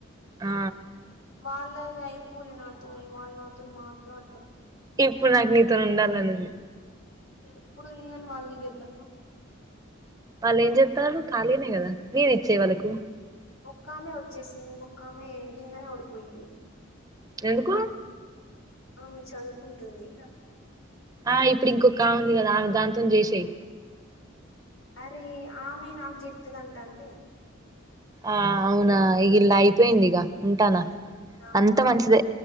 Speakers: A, on the right; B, on the left.
A: ఆ
B: వాళ్ళది అయిపోలిన వాళ నాతో మాట్లాడ
A: ఇప్పుడు నాకు నీతోని ఉండాలని ఉంది
B: ఇప్పు వాళ్లు ఇవ్వద
A: వాళ్ళ ఏం జత్తరు ఖాళీనే కదా నేను ఇచ్చే వాళ్ళకు
B: ఒక్కామె వచ్చేసింది ఇంకొక్కామె ఇంకందనే ఓడిపోయింది
A: ఎందుకు
B: ఆ మీ చదువుకుంటుంది
A: ఆ ఇప్పుడు ఇంకొక కా ఉంది కదా దాంతో చేసేయి
B: అరే ఆమెయి నాకు చెప్తుదంట అంటే
A: ఆ అవునాగిలాయి అయిపోయిగా ఉంటానా
B: నా
A: అంత మంచిదే